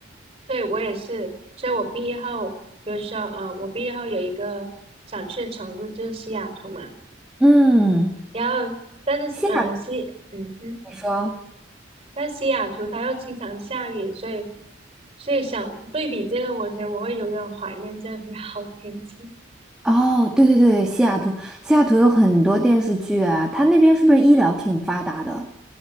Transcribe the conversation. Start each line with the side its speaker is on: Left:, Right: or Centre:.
Right: 对，我也是，所以我毕业后，比如说，呃，我毕业后有一个想去的城市就是西雅图嘛，
Centre: 嗯，
Right: 然后但是，
Centre: 西雅，
Right: 呃，
Centre: 你
Right: 西，嗯哼，
Centre: 说
Right: 但西雅图它又经常下雨，所以，所以想对比这个，我觉得我会永远怀念这里的 <laughs> 好天气。
Centre: 哦，对对对，西雅图，西雅图有很多电视剧啊，它那边是不是医疗挺发达的